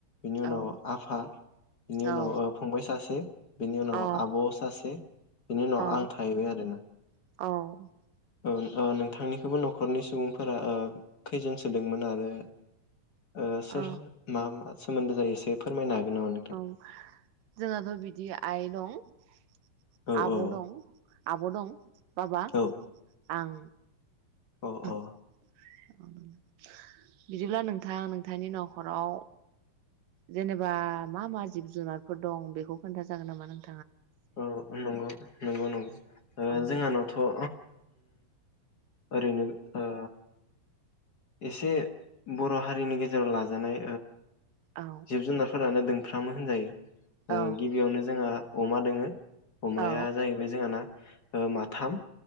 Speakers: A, on the left (about 55°); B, on the right (about 75°).
A: बिनि उनाव
B: औ
A: आफा बिनि उनाव
B: औ
A: ओ फंबाय सासे, <inaudible> बेनि उनाव
B: औ
A: आब सासे, बिनि उनाव
B: औ
A: आं थाहैबाय आरो ना।
B: औ
A: ओ ओ नोंथांनि नखरनि सुबुंफोरा ओ खैजोन सोदोंमोन आरो ओ सोर
B: औ
A: मा मा सोमोन्दो जायो एसे फोरमायनो हागोन नामा नोंथां?
B: औ जोंहाथ' बिदि आइ दं, <unintelligible>
A: औ
B: आब
A: औ
B: दं, आब दं, बाबा,
A: औ
B: आं।
A: अ अ
B: <inaudible> बिदिब्ला नोंथां नोंथांनि नखराव जेनेबा मा मा जिब जुनारफोर दं बेखौ खोन्था जागोन नामा नों
A: औ नंगौ नंगौ
B: ओं
A: जोंहानावथ' उ ओरैनो ओ एसे बर' हारिनि गेजेराव लाजानाय
B: औ
A: जिब जुनारफोरानो दों फ्रामो होनजायो।
B: औ
A: ओ गिबियावनो जोंहा अमा दोङो, अमाया
B: औ
A: जाहैबाय जोंहाना माथाम,